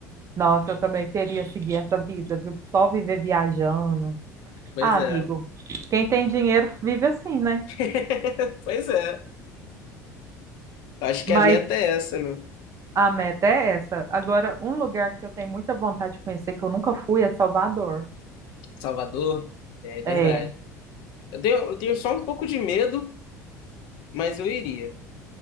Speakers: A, on the right; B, on the left.
A: nossa, eu também queria seguir essa vida, viu? Só viver viajando.
B: Pois
A: Ah, amigo,
B: é.
A: quem tem dinheiro vive assim, né?
B: <laughs> Pois é. Acho que
A: Mas
B: a meta é essa, né?
A: a meta é essa. Agora, um lugar que eu tenho muita vontade de conhecer, que eu nunca fui, é Salvador.
B: Salvador, é verdade.
A: É,
B: Eu tenho, eu tenho só um pouco de medo, mas eu iria.